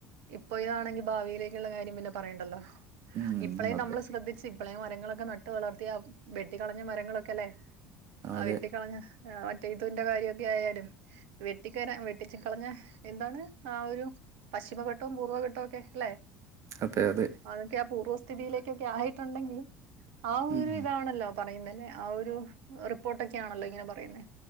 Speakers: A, on the right (about 65°); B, on the right (about 45°).
A: ഇപ്പൊ ഇയാണെങ്കി ഭാവിയിലേക്ള്ള കാര്യം പിന്നെ പറയേണ്ടല്ലോ
B: ഉം
A: ഇപ്പളെ
B: അതെ
A: നമ്മള് ശ്രദ്ധി സ് ഇപ്പളെ മരങ്ങളൊക്കെ നട്ട് വളർത്തിയാ വെട്ടിക്കളഞ്ഞ മരങ്ങളൊക്കേല്ലെ ആഹ്
B: അതെ
A: വെട്ടിക്കളഞ്ഞ. ആ മറ്റേ ഇതിന്റെ കാര്യഒക്കെ ആയാലും വെട്ടിക്കയിഞ്ഞ വെട്ടി കളഞ്ഞ എന്താണ് ആഹ് ഒരു പശ്ചിമ കൊ ട്ടോ പൂർവഘട്ടോക്കെ ഇല്ല.
B: അതെ അതെ.
A: അതൊക്കെ ആഹ് പൂർവ്വസ്ഥിതിയിലേക്കൊക്കെ ആയിട്ടുണ്ടെങ്കി ആഹ്
B: ഉം
A: ഒരു ഇതാണല്ലോ. പറയുന്നല്ലേ ആഹ് ഒരു റിപ്പോർട്ടൊക്കെ ആഹ്ണല്ലോ ഇങ്ങനെ പറയുന്ന